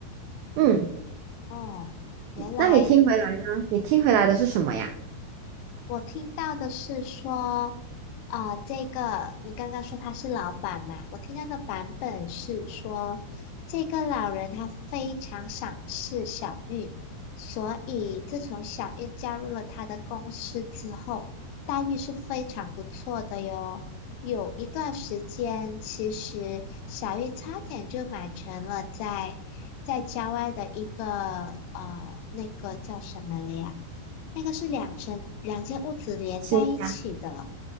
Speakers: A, on the right; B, on the left.
A: 嗯，
B: 哦，原来。
A: 那你听回来呢？你听回来的是什么呀？
B: 我听到的是说，啊，这个你刚刚说他是老板嘛？我听到的版本是说，这个老人他非常赏识小韵，所以自从小韵加入了他的公司之后，待遇是非常不错的哟。有一段时间，其实小韵差点就买成了在在郊外的一个呃那个叫什么了呀？那个是两层两间屋子连在一起的，
A: 新家